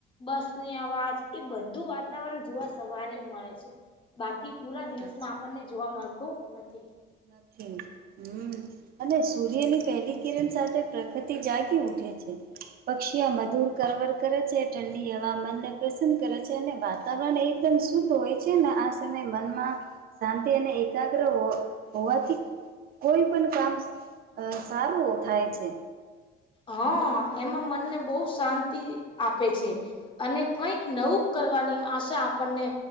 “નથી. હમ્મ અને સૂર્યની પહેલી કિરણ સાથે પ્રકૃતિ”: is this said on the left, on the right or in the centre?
Right